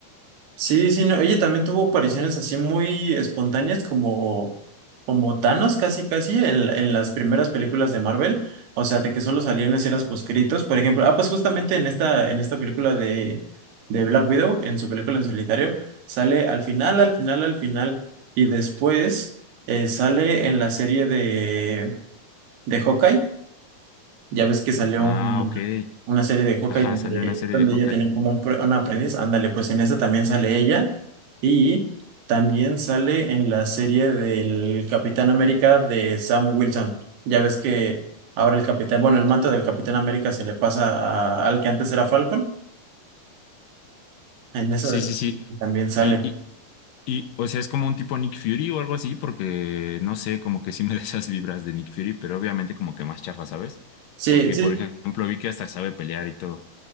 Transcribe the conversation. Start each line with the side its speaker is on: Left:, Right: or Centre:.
Right: sí, sí, no. Oye, también tuvo apariciones así muy espontáneas como, como Thanos, casi, casi, en, en las primeras películas de Marvel. O sea, de que solo salían escenas poscritos. Por ejemplo, ah, pues justamente en esta, en esta película de, de Black Widow, en su película en solitario, sale al final, al final, al final. Y después eh, sale en la serie de Hawkeye. Ya ves que salió
Left: Ah,
Right: un-
Left: ok.
Right: una serie de Hawkeye
Left: Ajá,
Right: donde,
Left: salió una serie
Right: donde
Left: de Hawkeye.
Right: ella tenía como un, pre- una aprendiz. Ándale, pues en esa también sale ella. Y también sale en la serie del Capitán América de Sam Wilson. Ya ves que ahora el capitán, bueno, el manto del Capitán América se le pasa a- al que antes era Falcon. En esa
Left: Sí, sí, sí.
Right: también sale.
Left: Y, y, y, o sea, es como un tipo Nick Fury o algo así, porque no sé, como que sí me <laughs> da esas vibras de Nick Fury, pero obviamente como que más chafa, ¿sabes?
Right: Sí,
Left: Porque,
Right: sí,
Left: por ejemplo, vi que hasta sabe pelear y todo.